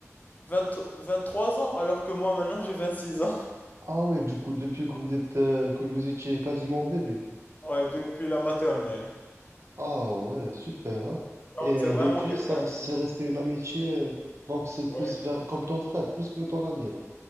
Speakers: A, on the left; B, on the right.
A: vingt vingt trois ans, alors que moi, maintenant, j'ai vingt six ans.
B: Ah oui, du coup, depuis que vous êtes euh, que vous étiez quasiment bébé.
A: Ouais, depuis la maternelle.
B: Ah ouais, super, hein.
A: Donc
B: Et
A: c'est vraiment
B: depuis,
A: quelqu'un
B: ça,
A: qui...
B: c'est resté une amitié, euh, donc c'est
A: ouais.
B: plus vers, comme ton frère, plus que ton ami, là.